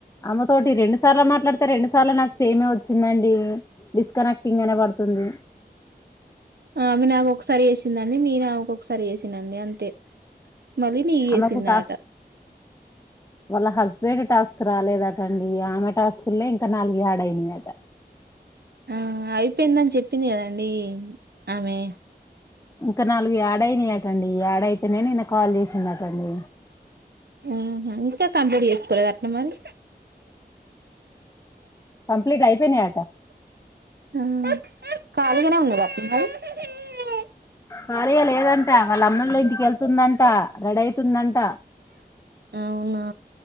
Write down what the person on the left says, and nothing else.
ఆమెతోటి రెండు సార్లు మాట్లాడుతే రెండ్ సార్లు నాకు సేమే వచ్చిందండి డిస్కనెక్టింగ్ అనే పడుతుంది
ఆమెకు టాస్క్ వాళ్ళ హస్బెండ్ టాస్క్ రాలేదటండి ఆమె టాస్కులేం నాలుగు యాడ్ అయిందట
ఇంకా నాలుగు యాడయినాయాటండి యాడయితేనేను నిన్న కాల్ చేసిందట అండి
కంప్లీట్ అయిపోయినాయట
కార్య లేదంట వాళ్ళ అమ్మోల్ల ఇంటికెళ్తుందంట రెడై స్తుందంట